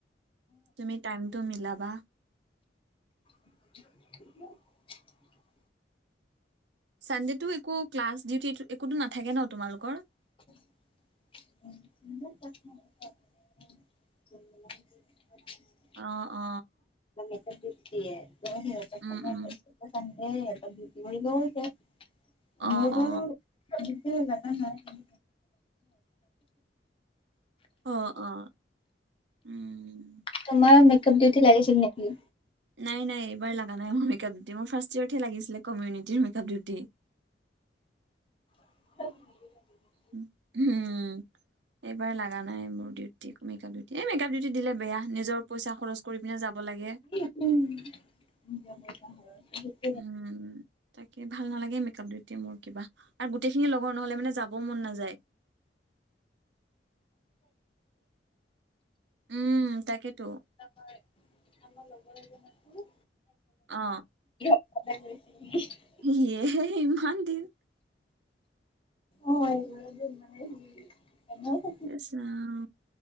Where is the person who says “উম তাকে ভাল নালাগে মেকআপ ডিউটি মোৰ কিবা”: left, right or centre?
Right